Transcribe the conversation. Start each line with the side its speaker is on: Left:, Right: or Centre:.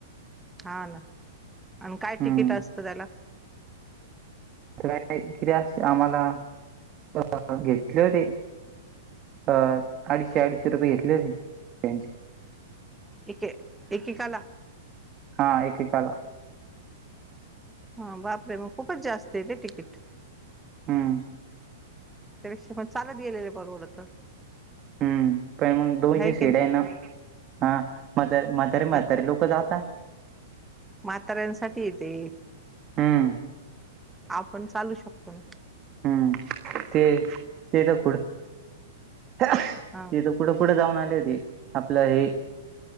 Centre: हा ना आणि काय
Right: हम्म
Centre: तिकीट असतं त्याला?
Right: काय क <inaudible> अस आम्हाला घेतले होते. अ अडीचशे, अडीचशे रुपये घेतले होते त्यांचे.
Centre: एके एकेकाला?
Right: हा एकेकाला.
Centre: हा बापरे मग खूपच जास्त आहे रे तिकीट.
Right: हम्म.
Centre: त्यापेक्षा पण चालत गेलेले परवडत.
Right: हम्म काय मग
Centre: आहे
Right: दोनशे
Centre: की
Right: सीट
Centre: नाही
Right: आहेना. हा म्हातारे
Centre: मग
Right: म्हातारे
Centre: का
Right: लोक जातात.
Centre: म्हाताऱ्यांसाठी येते
Right: हम्म
Centre: आपण चालू शकतो ना.
Right: हम्म ते ते तर खुड ते
Centre: हा
Right: तर कुठे, कुठे जाऊन आली होती आपलं हे